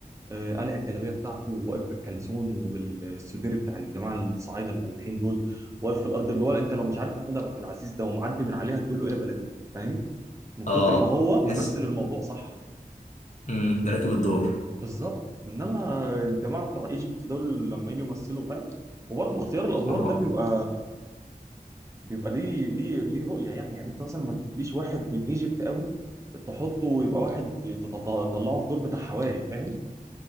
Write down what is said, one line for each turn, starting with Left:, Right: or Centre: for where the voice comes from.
Right: آه، قلع الجلابيه بتاعته وواقف بالكلسون وبالسدير بتاع الجماعه الصعايده الفلاحين دول واقف في الارض اللي هو انت لو مش عارف محمود عبد العزيز ده ومعدي من عليها تقول له ايه يا بلدي فاهم من كتر
Left: اه
Right: ما هو
Left: تحس
Right: ممثل الموضوع صح
Left: امم راكب الدور
Right: بالظبط انما الجماعه بتوع ايجيبت دول لما يجوا يمثلوا فاهم وبرضه اختيار الادوار
Left: اه
Right: ده بيبقى بيبقى ليه ليه ليه رؤيه يعني يعني انت مثلا ما تجيبليش واحد من ايجيبت قوي تحطه يبقى واحد تطلع- تطلعه في دور بتاع حواري فاهم